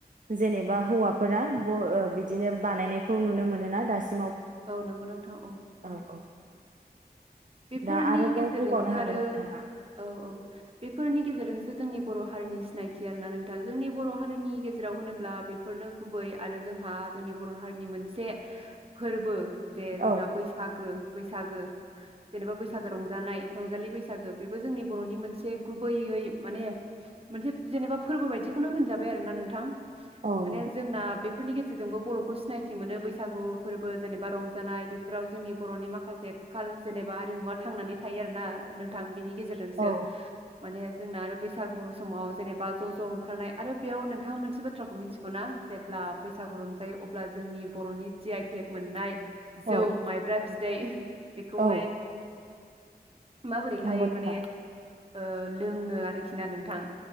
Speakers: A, on the right; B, on the right.
A: जेनेबा हौवाफोरा बर बिदिनो बानायनायखौ नुनो मोनोना दासिम
B: औ नंगौ नोंथां औ
A: औ औ
B: बेफोरनि
A: दा आरोबाव
B: गेजेरजोंसो
A: बुंबावनो हागोन
B: आरो
A: नोंथाङा
B: औ औ बेफोरनि गेजेरजोंसो जोंनि बर' हारिनि सिनायथि आरोना नोंथां जोंनि बर' हारिनि गेजेराव होनोब्ला बेफोरनो गुबै आरो जोंहा जोंनि बर' हारिनि मोनसे फोरबो जे जोंना
A: औ
B: बैसागो बैसागो जेनेबा बैसागो रंजानाय रंजालि बैसागो बेबो जोंनि बर'नि मोनसे गुबैयै माने मोनसे जेनेबा फोरबो बायदिखौनो होनजाबाय आरो ना नोंथां
A: औ
B: माने
A: नंगौ
B: जोंना बेफ फोरनि गेजेरजोंबो बर'खौ सिनायथि मोनो बैसागु फोरबो जेनेबा रंजानाय बेफोराव जोंनि बर'नि माखासे काल जेनेबा आरिमुवा थांनानै थायो आर ना नोंथां बिनि गेजेरजोंसो
A: औ
B: माने जोंना आरो बैसागु समाव जेनेबा ज' ज' ओंखारनाय आरो बेयाव नोंथाङा मोनसे बाथ्राखौ मिथिगौना जेब्ला बैसागु रंजायो अब्ला जोंनि बर'नि जि आइटेक मोननाय जौ
A: औ
B: माइब्रा बिद दै खौहाय
A: औ
B: माबोरैहाय
A: नंगौ नोंथां
B: माने अ लोङो आरोखि ना नोंथां